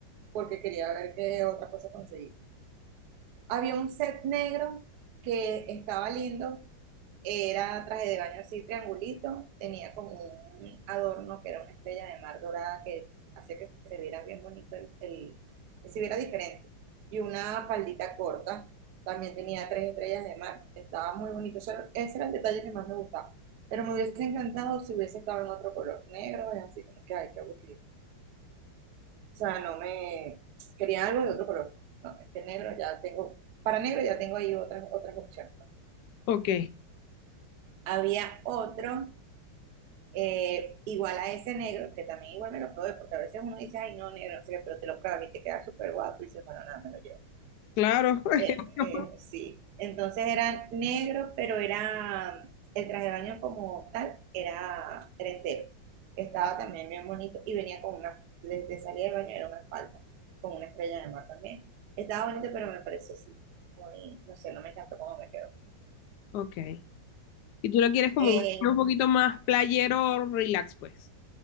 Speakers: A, on the right; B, on the left.
A: porque quería ver qué otra cosa conseguí. Había un set negro que estaba lindo, Era traje de baño así triangulito, tenía como un adorno que era una estrella de mar dorada que hacía que se viera bien bonito, el, el- que se viera diferente. Y una faldita corta, también tenía tres estrellas de mar, estaba muy bonito. Eso era- ese era el detalle que más me gustaba. Pero me hubiese encantado si hubiese estado en otro color negro, es así como que, ay, qué aburrido. O sea, no me... Quería algo de otro color. No, es que negro ya tengo, para negro ya tengo ahí otras, otras opciones. pues.
B: ok.
A: Había otro Eh, igual a ese negro, que también igual me lo probé, porque a veces uno dice, ay, no, negro, no sé qué, pero te lo pruebas y te queda súper guapo y dices, bueno, nada, me lo llevo.
B: Claro. <laughs>
A: Eh, eh, sí, entonces era negro, pero era el traje de baño como tal, era, era entero. Estaba también bien bonito y venía con una, desde de salida de baño era una falda, con una estrella de mar también. Estaba bonito, pero me pareció así, muy, no sé, no me encantó cómo me quedó.
B: Ok. Y tú lo quieres como
A: Eh,
B: un, un poquito más playero, relax, pues.